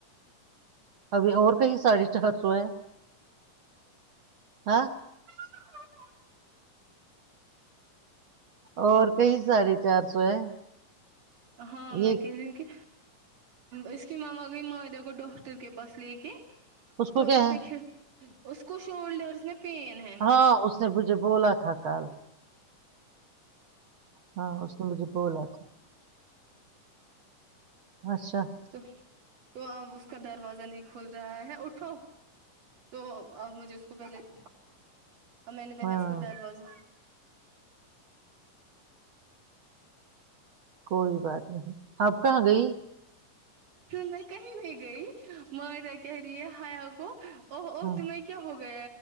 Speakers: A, on the right; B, on the right.
A: اب اور کہئی ساڑھے چار سو ہے آ <inaudible>
B: <inaudible>
A: اور کئی ساڑھے چار سو ہے
B: ہاں میں
A: یہ
B: کہہ رہی ہوں کہ اس کے ماما کو بھی معاہدے کو ڈاکٹر کے بس لے کے تو
A: کو کیا
B: اس
A: ہے
B: نے ک اس کو شولڈرس میں پین ہے
A: ہاں اس نے مجھے بولا تھا کل ہاں اس نے مجھے بولا ہے اچھا
B: تو تو اب اس کا دروازہ نہیں کھل رہا ہے اٹھو تو مجھے خوبل <unintelligible> اور میں نے پیسے
A: ہاں
B: اس کو در روزہ
A: کوئی بات نہیں آپ کہاں گئی
B: میں کہیں نہیں گئی ماں جا کہہ رہی ہے ہیا کو او
A: ہاں
B: تمہیں کیا ہوا